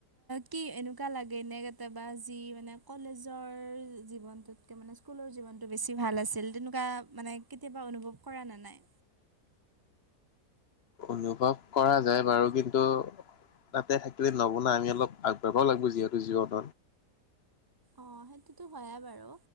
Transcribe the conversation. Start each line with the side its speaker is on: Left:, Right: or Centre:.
Right: কি এনেকুৱা লাগেনে কেতিয়াবা, যি মানে কলেজৰ জীৱনটোত এতিয়া মানে স্কুলৰ জীৱনটো বেছি ভাল আছিল, তেনেকুৱা মানে কেতিয়াবা অনুভৱ কৰা না নাই?
Left: অনুভৱ কৰা যায় বাৰু। কিন্তু তাতে থাকলে নহব না। আমি অলপ আগবাঢ়বা লাগবো যিহেতু জীৱনত।
Right: অহ। সেইটোতো হয়য়ে বাৰু।